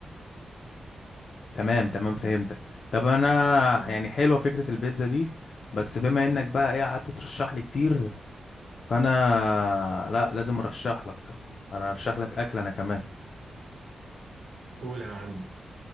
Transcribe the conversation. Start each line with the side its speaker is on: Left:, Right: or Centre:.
Left: تمام
Right: فاهمني
Left: تمام فهمتك طب انا
Right: اه آه.
Left: يعني حلوه فكره البيتزا دي بس بما انك بقى ايه قعدت ترشح لي كتير فانا لا لازم ارشح لك انا ارشح لك اكل انا كمان
Right: قول يا معلم